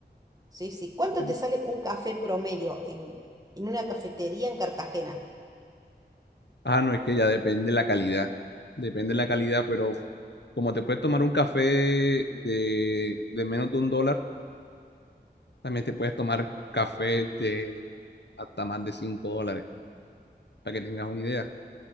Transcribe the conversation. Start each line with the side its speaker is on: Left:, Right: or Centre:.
Right: Sí, sí. ¿Cuánto
Left: Bueno,
Right: te sale un café promedio en, en una cafetería en Cartagena?
Left: ah, no, es que ya depende la calidad. Depende la calidad, pero como te puedes tomar un café de, de menos de un dólar, también te puedes tomar café de hasta más de cinco dólares, para que tengas una idea.